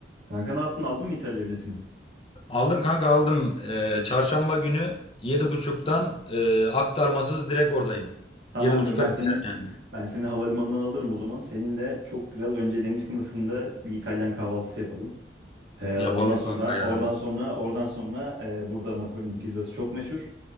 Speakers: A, on the right; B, on the left.
A: Kanka ne yaptın? Aldın mı İtalya biletini?
B: Aldım kanka aldım. Ee, çarşamba günü 7.30'dan e, aktarmasız direkt oradayım.
A: Tamamdır.
B: yedi buçukta
A: Ben
B: biteceğim
A: seni
B: yani.
A: ben seni havalimanından alırım o zaman. Seninle çok güzel önce deniz kıyısında bir İtalyan kahvaltısı yapalım. Ee,
B: Yapalım
A: ondan sonra
B: kanka ya.
A: oradan sonra oradan sonra e, burada Napoli'nin pizzası çok meşhur.